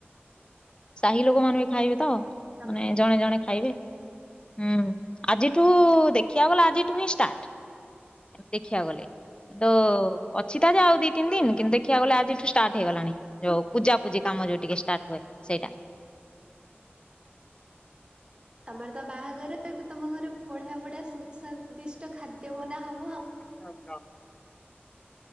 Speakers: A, on the left; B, on the right.
A: ସାହି ଲୋକମାନୋନ ବି ଖାଇବେ ତ
B: ତମ
A: ମାନେ ଜଣେ ଜଣେ ଖାଇବେ। ହୁଁ ଆଜିଠୁ ଦେଖିବାକୁ ଗଲେ ଆଜିଠୁ ହିଁ ଷ୍ଟାର୍ଟ। ଦେଖିବାକୁ ଗଲେ ତ ଅ ସିଧ ଯେ ଆଉ ଦି ତିି ଦିନ କିନ୍ତୁ ଦେଖିବାକୁ ଗଲେ ଆଜିଠୁ ଷ୍ଟାର୍ଟ ହେଇଗଲାଣି ଯଉ ପୂଜା ପୂଜି କାମ ଯୋଉ ଟିକେ ଷ୍ଟାର୍ଟ ହୁଏ। ସେଇଟା।
B: ହୁଁ ହୁଁ ତମର ତ ବାହାଘର ତମ ଘରେ ବଢିଆ ବଢିଆ ସୁସ୍ଵାଦିଷ୍ଟ ଖାଦ୍ୟ ମନା ହବ ଆଉ।
A: <unintelligible>